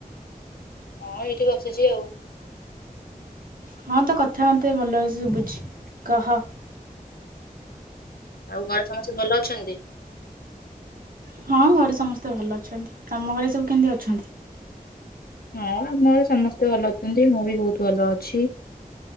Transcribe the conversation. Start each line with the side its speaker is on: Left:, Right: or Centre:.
Left: ହଁ ଏଇଠିି ବସିଚି ଆଉ।
Right: ହଁ ତୋ କଥା ମତେ ଭଲ ରେ ସୁବୁଚି କହ
Left: ଆଉ ଘରେ ସମସ୍ତେ ଭଲ ଅଛନ୍ତି?
Right: ହଁ ଘରେ ସମସ୍ତେ ତେ ଭଲ ଅଛନ୍ତି ତମ ଘରେ ସବୁ କେମିତି ଅଛନ୍ତି?
Left: ହଁ ଆମର ସମସ୍ତେ ଭଲ ଅଛନ୍ତି ମୁଁ ବି ବହୁତ ଭଲ ଅଛି